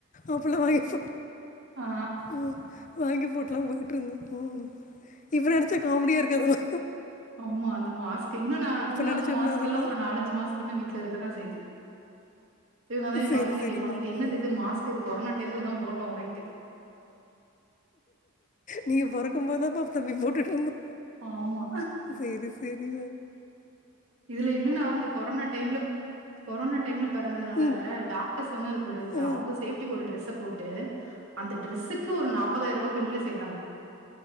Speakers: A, on the left; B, on the right.
A: அப்பல்லா வாங்கிப்போ
B: ஆ
A: ம் வாங்கி போட்லா போயிட்ருந்தோ ம் இப்ப நெனச்சா காமடியா இருக்கு அதல்லா
B: ஆமா அந்த மாஸ்க்கு இன்னு நா இன்னு
A: நினச்சோம்னா
B: அந்த மாஸ்க்லலா
A: அதெல்லாம்
B: ஒரு நாலஞ்சு மாஸ் க்கு இன்னு வீட்ல இருக்கதா செய்து இவங்கதா எ
A: சரி
B: பசங்க
A: சரி
B: கேப்பாங்க
A: மேம்
B: இது என்னது
A: ம்
B: இது மாஸ்க் கு இது கொரனா டைத்ல தா போட்டோ அப்டின்ட்டு
A: நீங்க பொறக்கும்போதுதா பா தம்பி போட்டுட்ருந்தோ
B: ஆமா
A: சேரி சேரி
B: இதுல என்னனா அந்த கொரோனா டைம்ல கொரானா டைம்ல பெறந்ததுனால
A: ம்
B: டாக்டர்ஸ் வந்து அதுக்கு ஒரு இந்த
A: ஆ
B: அவுங்க சேஃப்டிக்கி ஒரு ட்ரெஸ்ஸ போட் ட்டு அந்த டிரெஸுக்கு ஒரு நாப்பதாயிர ரூவா பில்லுல சேத்தாங்க